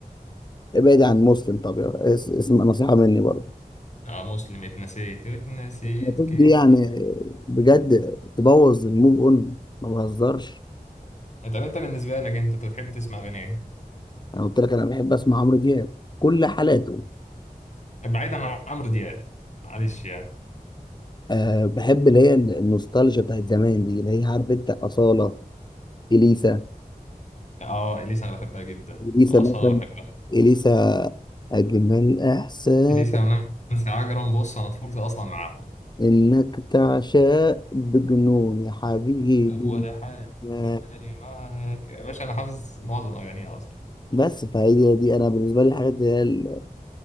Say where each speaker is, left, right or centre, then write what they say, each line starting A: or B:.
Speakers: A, on the left; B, on the left.
A: ابعد عن مسلم طب يا- اس- اسم نصيحه مني برضو
B: اه مسلم اتنسيت اتنسيت
A: المفروض
B: كاني
A: دي يعني
B: ما
A: بجد تبوظ الموف اون ما بهزرش
B: طب انت بالنسبه لك انت بتحب تسمع اغاني ايه
A: انا قلت لك انا بحب اسمع عمرو دياب كل حالاته
B: بعيدا عن عمرو دياب معلش يعني
A: أه بحب اللي هي النوستالجيا بتاعت زمان دي اللي هي عارف انت أصالة إليسا
B: اه اليسا انا بحبها جدا
A: إليسا
B: واصاله
A: مثلا
B: بحبها
A: إليسا أجمل إحساس
B: اليسا ونانسي عجرم بص انا طفولتي اصلا معاهم
A: إنك تعشق بجنون يا حبيبي
B: وده حالي
A: آه،
B: معاك يا باشا أنا حافظ معظم أغانيها أصلا
A: بس فهي دي أنا بالنسبة لي الحاجات اللي هي ال-